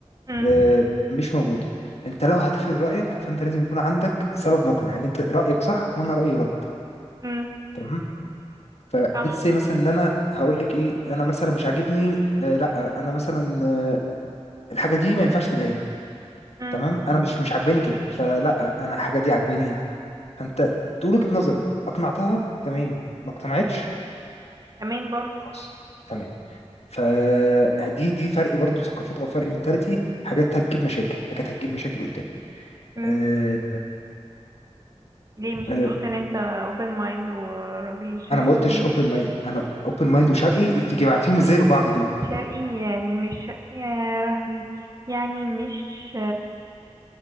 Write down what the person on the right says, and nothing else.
مم،
مم،
صح
مم،
تمام برضه
مم.
ليه مش
انت قلت ان انت open mind وراجل شرقي
شرقي يعني مش يا لهوي يعني مش